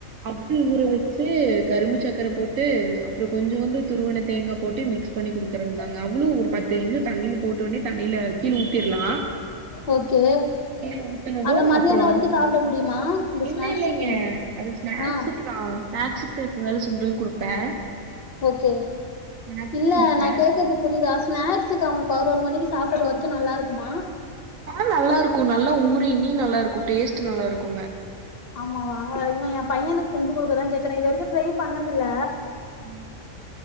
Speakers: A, on the right; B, on the left.
A: அவுள் ஊற வச்சு கரும்பு சக்கர போட்டு அப்பறோ கொஞ்சோ வந்து துருவன தேங்கா போட்டு மிக்ஸ் பண்ணி குடுக்கறது தாங்க அவ்ளு ஒரு பத்து நிமுஷோ தண்ணியில போட்ட ஒடனே தண்ணில கீழே ஊத்திரலா
B: ஓகே
A: கீழ ஊத்துனது
B: அத மதியானோ
A: அப்புறோ
B: வரைக்கு சாப்பிட முடியுமா இந்த ஸ்நாக்ஸ்
A: இல்ல இல்லைங்க
B: டைம்
A: அது ஸ்நாக்ஸுக்கு
B: ஆ
A: தா ஸ்நாக்ஸுக்கு இருக்குனால சுண்டல் குடுப்பே
B: ஓகே
A: ஸ்நாக்ஸ்
B: இல்ல
A: குடுப்பே
B: நா கேக்கறது புரியுதா ஸ்நாக்ஸக்கு அவ பதினோரு மணிக்கி சாப்பர்ற வரைக்கு நல்லாருக்குமா
A: ஆ நல்லாருக்கு நல்லா ஊறி இண்ணி நல்லாருக்கு டேஸ்ட் நல்லாருக்குங்க
B: ஆமாவா இவன் என் பையனுக்கு செஞ்சு குடுக்கதா கேக்குறேன் இது வரைக்கு ட்ரை பண்ணதுல்ல
A: ம்